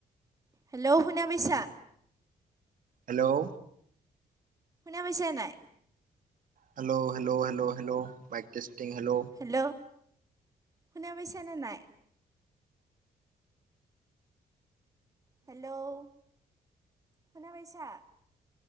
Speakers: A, on the right; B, on the right.
A: হেল্ল' শুনা পাইছা।
B: হেল্ল'
A: শুনা পাইছা নাই।
B: Hello hello hello hello mike testing hello.
A: Hello শুনা পাইছা নে নাই। হেল্ল' শুনা পাইছা।